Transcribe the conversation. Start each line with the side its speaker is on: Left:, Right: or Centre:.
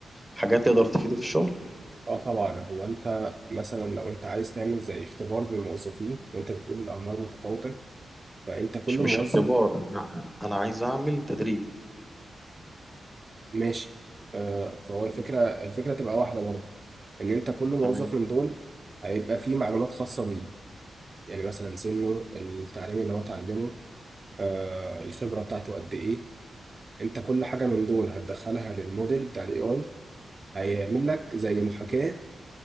Centre: حاجات تقدر تفيده في الشغل
Right: اه طبعا هو انت مثلا لو انت عايز تعمل زي اختبار للموظفين وانت بتقول الاعمار متفاوتة فانت كل
Centre: مش مش
Right: موظف
Centre: اختبار أنا أنا عايز أعمل تدريب
Right: ماشي آه فهو الفكرة
Centre: مم.
Right: الفكرة تبقى واحدة برضه ان انت كل موظف
Centre: تمام
Right: من دول هيبقى فيه معلومات خاصة بيه يعني مثلا سنه التعليم اللي هو اتعلمه آه الخبرة بتاعته قد ايه انت كل حاجة من دول هتدخلها للموديل بتاع الاي اي هيعمل لك زي محاكاة